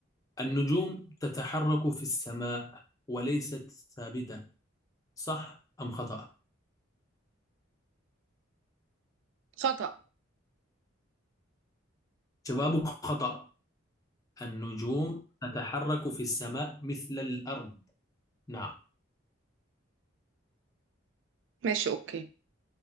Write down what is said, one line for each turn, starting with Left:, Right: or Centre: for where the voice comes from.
Left: النجوم تتحرك في السماء وليست ثابتة صح أم خطأ؟
Right: خطأ
Left: جوابك خطأ النجوم تتحرك في السماء مثل الأرض نعم
Right: ماشي أوكي